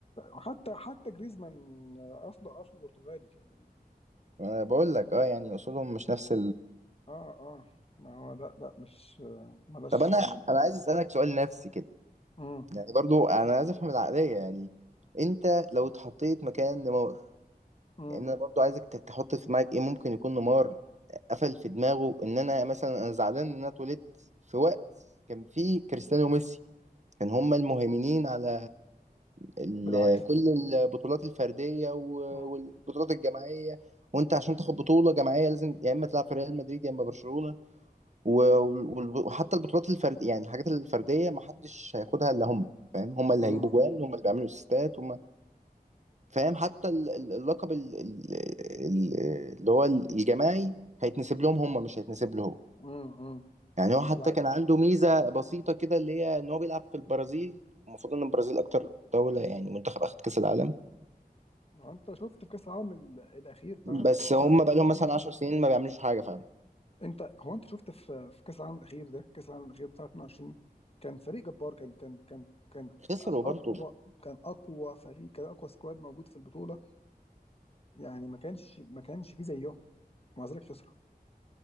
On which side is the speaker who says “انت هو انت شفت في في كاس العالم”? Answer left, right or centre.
Left